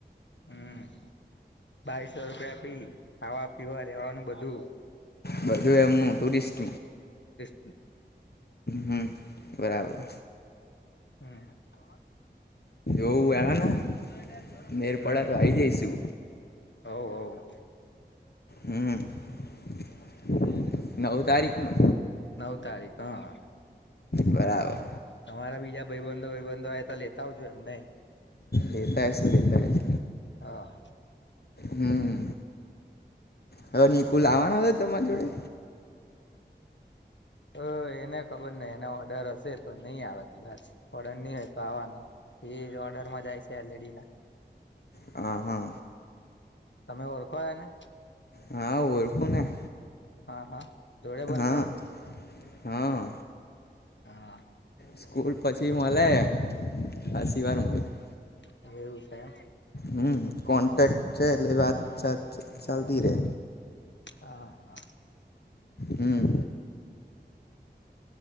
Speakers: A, on the left; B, on the left.
A: હમ્મ બાવસો રૂપિયા ફી ખાવા પીવા રેવાનું બધું.
B: બધું એમનું ટુરિસ્ટ.
A: તે- -
B: હમ બરાબર.
A: હમ- -
B: એવું એને- - મેર
A: હમ
B: પડ્યા તો આઈ જઈશું
A: હવ હવ
B: હમ- - નવ તારીખ નુ.
A: નવ તારીખ હા
B: બરાબર.
A: તમારા બીજા ભાઈબંધો બંધો હોય તો લેતા આવજો એમને.
B: લેતાશ લેતાશ.
A: હા.
B: હમ. હવે નિકુલ આવાનોશે તમારી જોડે?
A: હ એને ખબર નહ એનો ઓર્ડર હશે તો નહી આવે કદાચ ઓર્ડર નહી હોય તો આવવાનો. એ ઓર્ડર માં જાય છે એલડી ના.
B: હ હા.
A: તમે ઓળખો એને?
B: હા ઓળખું ને.
A: હા હા જોળે બંધાર?
B: હા હા
A: હા.
B: સ્કૂલ પછી મળે પછી વાર મળ- -
A: એવું સા એ
B: હમ કોન્ટેક્ટ છે એટલે વાત ચાલતીરે.
A: હા હા
B: હમ્મ.